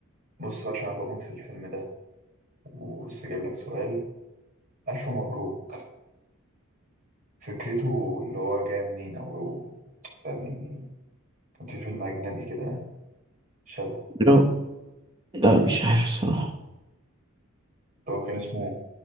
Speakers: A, on the right; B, on the right.
A: بص بقى عشان أنا بموت في الفيلم ده وبص جايب لك سؤال ألف مبروك فكرته اللي هو جاي منين أو فاهم يعني كان في فيلم أجنبي كده شبهه
B: جرا- لا مش عارف الصراحة
A: اللي هو كان اسمه